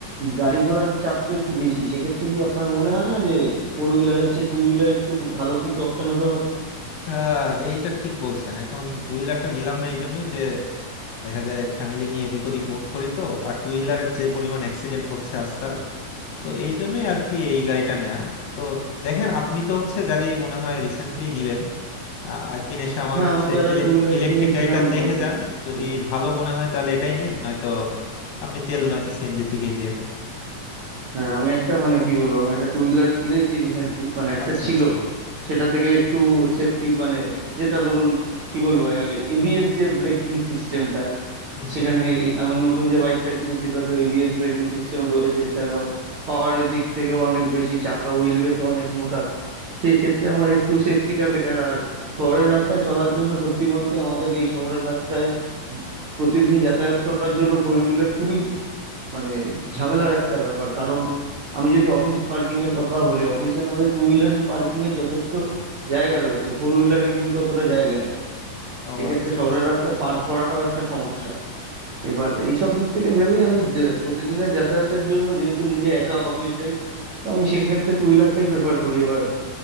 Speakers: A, on the right; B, on the left.
A: গাড়ি ঘোড়ার চাপ তো একটু বেশি সেক্ষেত্রে কি আপনার মনে হয় না যে ফোর হুইলারের চেয়ে টু হুইলার একটু ভালো কিছু অপশন হতে পারতো
B: আহ এইটা ঠিক বলছেন এখন টু হুইলারটা নিলাম না এই জন্যই যে দেখা যায় ফ্যামিলি নিয়ে এদিক ওদিক মুভ করি তো আর টু হুইলারের যে পরিমাণ অ্যাক্সিডেন্ট হচ্ছে আজকাল তো এই জন্যই আর কি এই গাড়িটা নেয়া তো দেখেন আপনি তো হচ্ছে গাড়ি মনে হয় রিসেন্টলি নিবেন আহ, একদিন এসে আমার
A: হ্যাঁ
B: হচ্ছে
A: আমি তো একটা টু হুইলার
B: ইলেকট্রিক
A: কিনেছিলাম
B: গাড়িটা দেখে
A: মানে
B: যান যদি
A: সেটা
B: ভালো মনে হয় তাহলে এটাই নিয়েন নয়তো আপনি তেল নয়তো সিএনজির দিকেই যেন
A: হ্যাঁ আমি একটা মানে কি বলবো আমি একটা টু হুইলার কিনেছি রিসেন্টলি মানে একটা
B: আচ্ছা
A: ছিল
B: আচ্ছা
A: সেটা থেকে একটু সেফটি মানে যেটা ধরুন কি বলবো এবিএস যে ব্রেকিং সিস্টেমটা
B: হুম হুম
A: সেখানে এই- আমার নতুন যে বাইকটা কিনেছি তাতে এবিএস ব্রেকিং সিস্টেম রয়েছে এছাড়াও পাওয়ারের দিক থেকে অনেক বেশি চাকা হুইল বেস অনেক মোটা সেই ক্ষেত্রে আমার একটু সেফটিটা বেটার আর শহরের রাস্তায় চলার জন্য সত্যি বলতে আমাদের এই শহরের রাস্তায় প্রতিদিন যাতায়াত করার জন্য ফোর হুইলার খুবই মানে ঝামেলার একটা ব্যাপার কারণ আমি যদি অফিস পার্কিং এর কথা বলি অফিসে আমাদের টু হুইলারের পার্কিং এর যথেষ্ট জায়গা রয়েছে ফোর হুইলারে কিন্তু অতটা জায়গা নেই
B: ও
A: সেক্ষেত্রে
B: আচ্ছা
A: শহরের
B: আচ্ছা
A: রাস্তায় পার্ক করাটাও একটা সমস্যা এবার এইসব দিক থেকে ভেবেই আমি যে- প্রতিদিনের যাতায়াতের জন্য যেহেতু নিজে একা অফিস যাই তো আমি সেক্ষেত্রে টু হুইলারটাই প্রেফার করি এবার